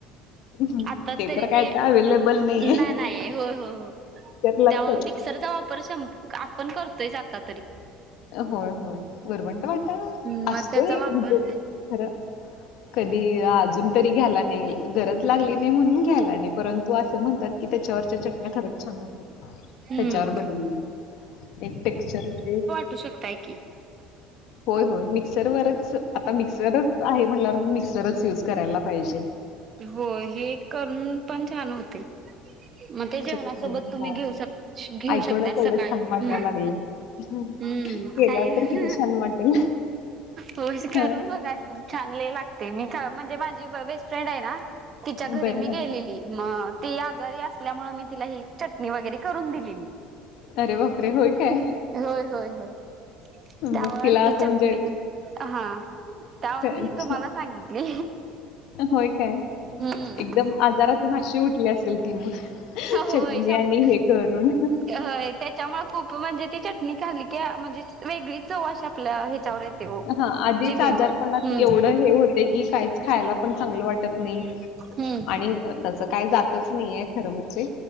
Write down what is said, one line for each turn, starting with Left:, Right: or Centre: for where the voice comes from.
Left: हं.
Right: आता तरी
Left: तर काय
Right: ते
Left: आता अवेलेबल नाहीये
Right: नाही नाही हो हो हो.
Left: तर लागत
Right: त्यामुळे मिक्सरचा वापर आपण करतोयच आता तरी.
Left: होय होय वरवंट वाटा
Right: हम्म
Left: असतोय
Right: मग त्याचा वापर
Left: म्हणजे खरं. कधी अजून तरी घ्यायला नाही गरज लागली नाही म्हणून घ्यायला नाही परंतु असं म्हण तेत्यावरची चटणी नाही खरच छान होत त्याच्यावर
Right: हम्म
Left: बनलेलं एक टेक्चर इथे
Right: करू शकता की.
Left: होय होय मिक्सरवरच आता मिक्सरच आहे म्हणल्यावर मिक्सरच यूज करायला पाहिजे.
Right: हो हे करून पण छान होते. मग ते जेवणासोबत
Left: चटणी
Right: तुम्ही
Left: वा
Right: घेऊ घेऊ
Left: ऐकूनच
Right: शकताय
Left: एवढं
Right: सकाळी
Left: छान वाटायला
Right: हम्
Left: लागले हम्म.
Right: हम्म
Left: केल्यावर
Right: काही
Left: तर किती छान वाटेल
Right: होज करू
Left: हा
Right: बघा. छानले लागते मी म्हणजे माझी बेस्ट फ्रेंड आहे ना तिच्या घरी
Left: बरं
Right: मी गेलेली
Left: हा
Right: मग ती आजारी असल्यामुळे मी तिला ही चटणी वगैरे करून दिलेली
Left: अरे बापरे होय काय
Right: होय होय त्यामुळे
Left: मग तिला
Right: ती
Left: असं
Right: चटणी
Left: म्हणजे
Right: हा त्यामुळे
Left: अच्छा.
Right: मी तुम्हाला सांगितली
Left: होय काय
Right: हम्म
Left: एकदम आजारातून अशी उठली असेल ती मग चटणी
Right: होय शंभर
Left: आणि हे करून
Right: होय त्याच्यामुळे खूप म्हणजे ती चटणी खाली की म्हणजे वेगळी चव अशा आपल्या ह्याच्यावर येते ओ
Left: हा आधीच
Right: जिभेवर
Left: आजारपणात
Right: हम्म
Left: एवढं हे होते की काहीच खायला पण चांगलं वाटत नाही
Right: हम्म
Left: आणि त्या काही जातच नाहीय खरं म्हणजे